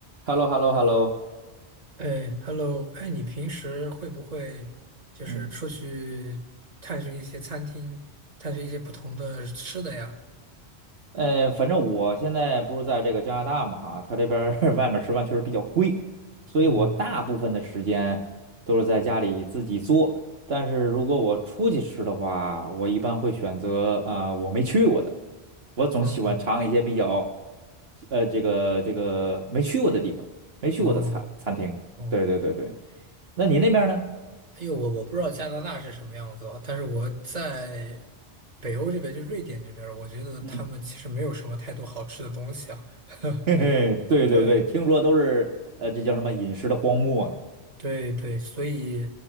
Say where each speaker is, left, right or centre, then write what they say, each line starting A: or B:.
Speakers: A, on the right; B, on the right.
A: h e l l o h e l l o h e l l o
B: 哎，Hello，哎，你平时会不会就是出去探寻一些餐厅，
A: 嗯，
B: 探寻一些不同的吃的呀？
A: 呃，反正我现在不是在这个加拿大嘛哈，他这边儿 <laughs> 外面吃饭确实比较贵，所以我大部分的时间都是在家里自己做。
B: 嗯，
A: 但是如果我出去吃的话，我一般会选择啊、呃我没去过的，我总喜欢尝一些比较，
B: 嗯，
A: 呃，这个这个没去过的地方，没去过的餐餐厅。
B: 哦，哦，
A: 对对对对，那你那边儿呢？
B: 哎呦，我我不知道加拿大是什么样子啊，但是我在北欧这边，就瑞典这边儿我觉得他们其实没有什么太多好吃的东西啊。
A: 嗯，<laughs>
B: <laughs>
A: 嘿嘿，对对对，
B: 对，
A: 听说都是呃，这叫什么饮食的荒漠呀？
B: 对，对，所以